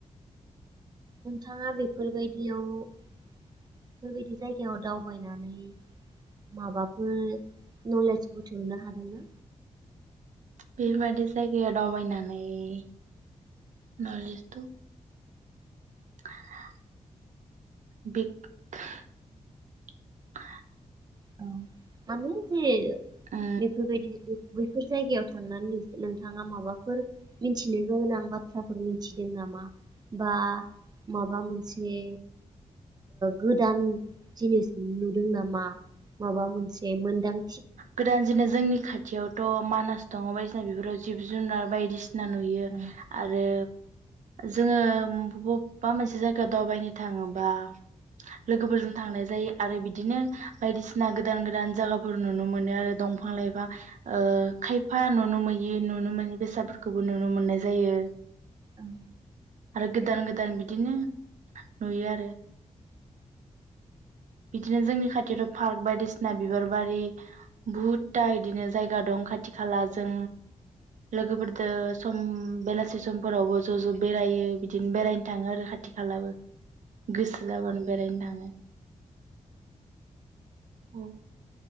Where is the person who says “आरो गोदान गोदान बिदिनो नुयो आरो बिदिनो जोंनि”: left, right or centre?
Right